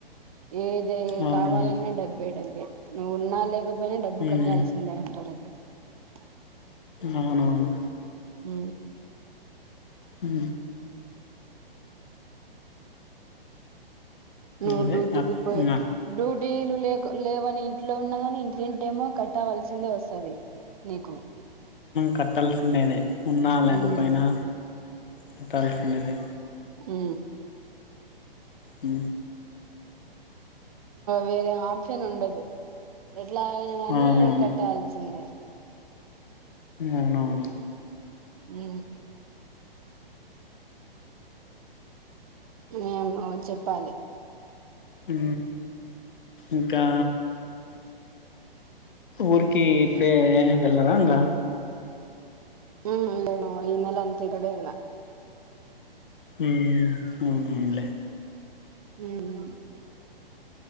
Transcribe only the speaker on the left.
అవునవును
ఉమ్
అవునువును
హు
అదే
అక్
ఇంగ
కట్టాల్సిండేది ఉన్నా లేకపోయినా
కట్టాల్సిందె
హు
అవునవును
అవునవును
ఉ ఇంకా ఊరికి ఇప్పుడే వెళ్లారా ఇంగ
హ్మ్మ్ అవునువునులే